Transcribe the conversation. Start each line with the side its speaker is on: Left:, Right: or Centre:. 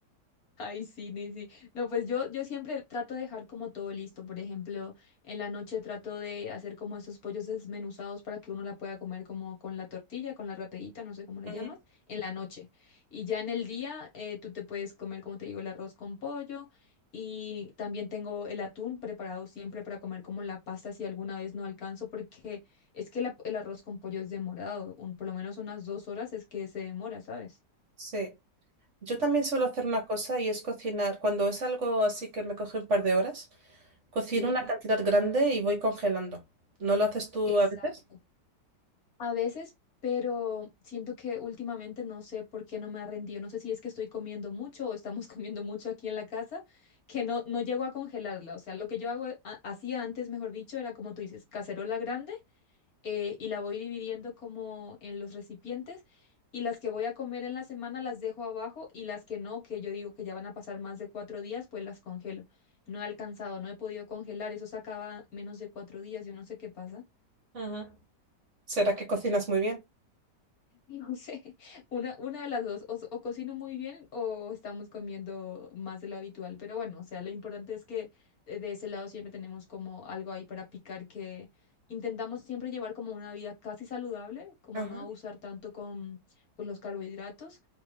Left: Ay, sí, ni sí. No, pues yo, yo siempre trato de dejar como todo listo. Por ejemplo, en la noche trato de hacer como esos pollos desmenuzados para que uno la pueda comer como con la tortilla, con la rapidita, no sé cómo le
Right: Ujú.
Left: llamas, en la noche. Y ya en el día eh, tú te puedes comer, como te digo, el arroz con pollo. Y también tengo el atún preparado siempre para comer como la pasta si alguna vez no alcanzo, porque es que la- el arroz con pollo es demorado, un, por lo menos unas dos horas es que se demora, ¿sabes?
Right: Sí. Yo también suelo hacer una cosa y es cocinar. Cuando es algo así que me coge un par de horas, cocino
Left: Sí,
Right: una cantidad grande y voy congelando. ¿No lo haces tú
Left: exacto.
Right: a veces?
Left: A veces, pero siento que últimamente no sé por qué no me ha rendido. No sé si es que estoy comiendo mucho o estamos <laughs> comiendo mucho aquí en la casa, que no, no llego a congelarla. O sea, lo que yo hago, eh, a- hacía antes, mejor dicho, era como tú dices, cacerola grande eh, y la voy dividiendo como en los recipientes y las que voy a comer en la semana las dejo abajo y las que no, que yo digo que ya van a pasar más de cuatro días, pues las congelo. No he alcanzado, no he podido congelar. Eso se acaba menos de cuatro días. Yo no sé qué pasa.
Right: Ujú. ¿Será que cocinas muy bien?
Left: No sé, <laughs> una, una de las dos, o, o cocino muy bien o estamos comiendo más de lo habitual, pero bueno, o sea, lo importante es que eh, de ese lado siempre tenemos como algo ahí para picar que intentamos siempre llevar como una vida casi saludable, como
Right: Ajá.
Left: no abusar tanto con, con los carbohidratos,